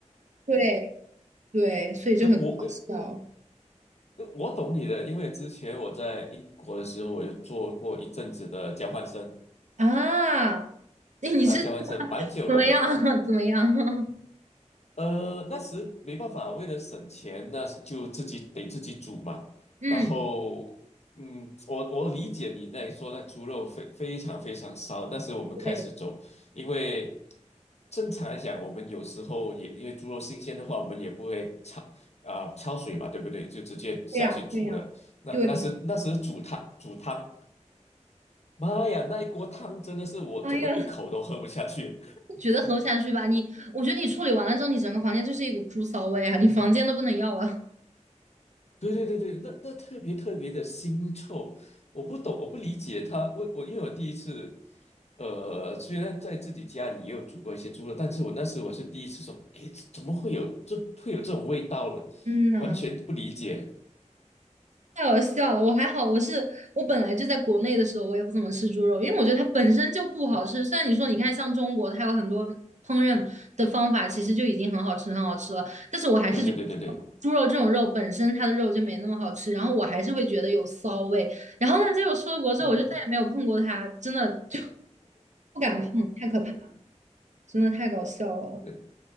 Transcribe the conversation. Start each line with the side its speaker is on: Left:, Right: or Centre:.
Right: 对对，所以就很搞笑
Left: 呃，我呃呃我懂你的，因为之前我在英国的时候，我有做过一阵子的交换生，
Right: 啊！那你是
Left: 啊、交换生蛮久的了，
Right: 怎么样？<laughs> 怎么样？<laughs>
Left: 呃，那时没办法，为了省钱，那时就自己得自己煮嘛。
Right: 嗯，
Left: 然后，嗯，我我理解你在说那猪肉非非常非常骚。那时我们开始走，
Right: 对，
Left: 因为正常来讲，我们有时候也因为猪肉新鲜的话，我们也不会焯啊、焯水嘛，对不对？就直接下去煮了。
Right: 对呀，对呀，
Left: 那那时那时煮汤煮汤，
Right: 对。<laughs>
Left: 妈呀，那一锅汤真的是我怎么一口都喝不下去。
Right: 哎呀，<laughs> 觉得喝不下去吧？你，我觉得你处理完了之后，你整个房间就是一股猪骚味啊！你房间都不能要了。
Left: 对对对对，那那特别特别的腥臭，我不懂，我不理解他。我我因为我第一次，呃，虽然在自己家里也有煮过一些猪肉，但是我那时我是第一次说，哎，这怎么会有这会有这种味道了？
Right: 嗯呐。
Left: 完全不理解。
Right: 太好笑了，我还好，我是我本来就在国内的时候，我也不怎么吃猪肉，因为我觉得它本身就不好吃。虽然你说你看像中国，它有很多烹饪的方法，其实就已经很好吃很好吃了，但是我还是觉得猪肉这种肉本身它的肉就没那么好吃，
Left: 对对对对对，
Right: 然后我还是会觉得有骚味。然后呢，结果出了国之后，
Left: 嗯哼，
Right: 我就再也没有碰过它，真的就不敢碰，太可怕了真的太搞笑了
Left: 呃